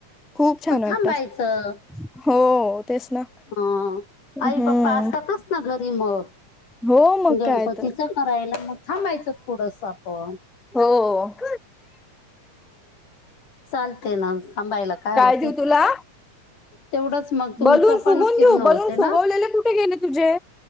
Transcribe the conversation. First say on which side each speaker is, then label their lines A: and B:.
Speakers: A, in the centre; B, on the left.
A: खूप छानं
B: मग थांबायचं
A: वाटतात. हो तेच ना.
B: अ
A: हम्म
B: आई पप्पा असतातचं. ना घरी मग
A: हो मग
B: गणपतीच
A: काय तर
B: करायला मग थांबायचं थोडंस आपण.
A: हो हो.
B: चालतयं ना थांबायला काय होतयं.
A: देऊ तुला
B: तेवढंच मग तुमच
A: बलून
B: पण
A: फुगून
B: फिरण
A: देऊ
B: होते
A: बलून
B: ना.
A: फुगवलेले कुठे गेले तुझे